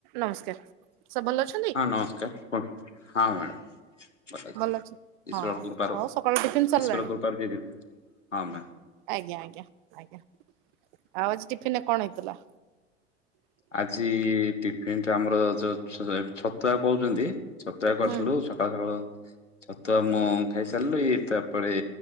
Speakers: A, on the right (about 45°); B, on the left (about 80°).
A: ନମସ୍କାର ସବ ଭଲ ଅଛ
B: ହଁ ନମସ୍କାର କୁହନ୍ତୁ ହଁ ମ୍ୟାଡ଼ମ। ମ
A: ଭଲ ଅଛି। ହଁ
B: ଈଶ୍ୱର କୃପାରୁ
A: ଆଉ
B: ଇଶ୍ୱର
A: ସକାଳୁ ଟିଫିନ ସରିଲାଣି?
B: କୃପାରୁ ଯଦ ହମମା।
A: ଆଜ୍ଞା ଆଜ୍ଞା ଆଜ୍ଞା ଆଉ ଆଜି ଟିଫିିନରେ କଣ ହେଇଥିଲା।
B: ଆଜି ଟିଫିିନ ଟା ଆମର ଯୋଉ ଛତୁଆ କହୁଛନ୍ତି ଛତୁଆ କରିଥିଲୁ।
A: ହୁଁ
B: ସକାଳ ସକାଳୁ ଛତୁଆ ମୁଁ ଖାଇ ସାରିଲୁ ଇଏ ତାପରେ